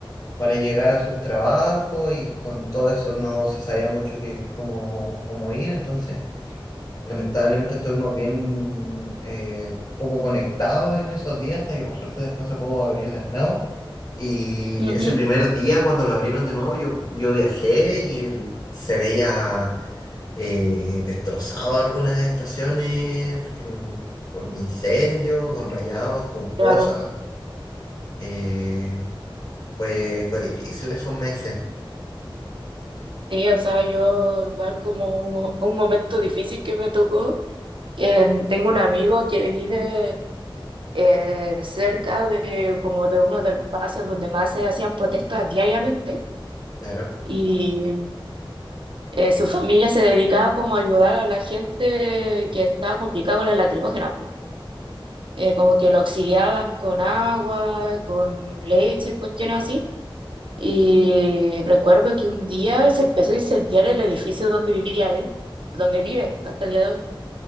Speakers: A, on the left; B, on the right.
A: para llegar a sus trabajos y con todo eso no se sabía mucho que, cómo, cómo ir, entonces lamentablemente estuvimos bien eh, poco conectados en esos días hasta que por suerte después se pudo abrir de nuevo. Y
B: ujú,
A: ese primer día cuando lo abrieron de nuevo yo, yo viajé y el- se veía eh, destrozado algunas estaciones que- por incendios, con rayados, con cosas.
B: Claro.
A: eh, pues fue difícil esos meses,
B: Sí, o sea, yo igual como un, un momento difícil que me tocó, que tengo un amigo que vive eh, cerca de como de uno de los espacios donde más se hacían protestas diariamente
A: claro.
B: y eh, su familia se dedicaba como a ayudar a la gente que estaba complicada con las lacrimógena, po. Eh, como que lo auxiliaban con agua, con leche, cuestiones así. Y recuerdo que un día se empezó a incendiar el edificio donde vivía él donde vive hasta el día de hoy.